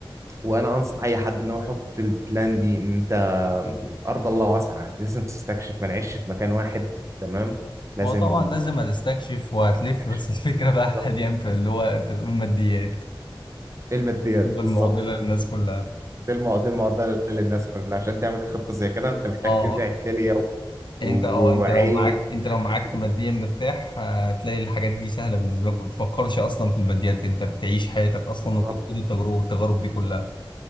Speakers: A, on the right; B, on the left.
A: وانا انصح اي حد ان هو يحط البلان دي ان انت ارض الله واسعه لازم تستكشف ما نعيش في مكان واحد تمام لازم
B: هو طبعا لازم هتستكشف وهتلف
A: تستكشف
B: بس الفكرة بقى
A: بالظبط
B: حاليا في اللي هو أنت تقول ماديات
A: ايه الماديات
B: تبقى
A: بالظبط
B: المعضلة للناس كلها
A: دي المع- دي المعضله للناس كلها عشان تعمل خطه زي كده انت محتاج
B: آه
A: تبيع كليه
B: يعني
A: و-
B: أنت آه أنت
A: وعين
B: لو معاك أنت
A: حاجات
B: لو معاك
A: كده.
B: ماديا مرتاح هتلاقي الحاجات دي سهلة بالنسبة لك ما بتفكرش أصلا في الماديات أنت بتعيش حياتك أصلا
A: بالظبط
B: وبتعيش التجربة التجارب دي كلها